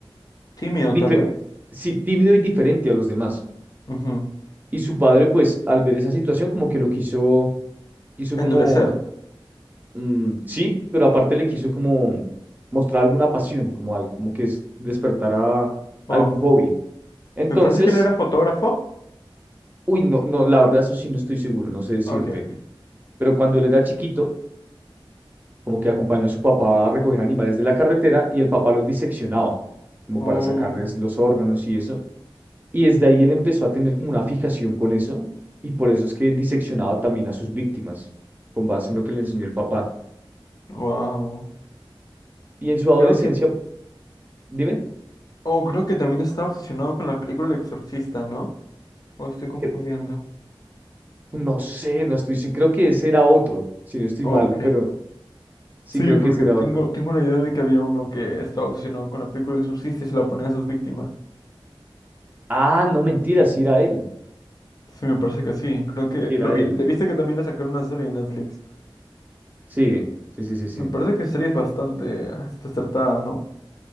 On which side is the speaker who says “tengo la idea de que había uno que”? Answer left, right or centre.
Left